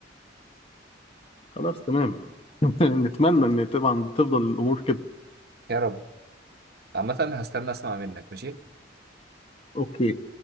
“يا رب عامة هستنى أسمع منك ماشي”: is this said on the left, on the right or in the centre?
Right